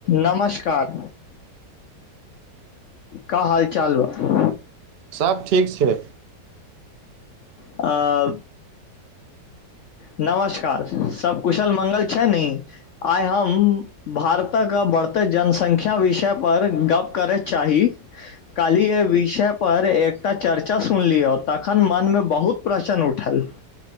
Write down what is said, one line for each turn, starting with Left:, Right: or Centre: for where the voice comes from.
Left: नमस्कार का हाल चाल बा
Right: सब ठीक छै
Left: आ नमस्कार सब कुशल मंगल छै नी आइ हम भारतक बढ़ते जनसंख्या विषयपर गप्प करय चाही काल्हि एहि विषय पर एकटा चर्चा सुनलियौ तखन मन मे बहुत प्रश्न उठल